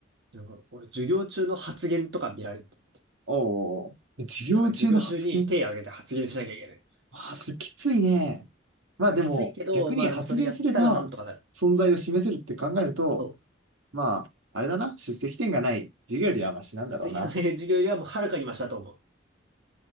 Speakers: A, on the right; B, on the right.
A: なんか俺授業中の発言とか見られると。
B: おうおうおう授業中の発言
A: やばい、授業中に手挙げて発言しなきゃいけない。
B: まあ、すきついね。まあでも、
A: まあ、きついけど、
B: 逆に発言すれば、
A: まあでもそれやったらなんとかなる。
B: 存在を示せるって考えると、
A: そ
B: まあ、あれだな、出席点がない授業よりはマシなんだろうな。
A: う。実績の授業よりはもうはるかにマシだと思う。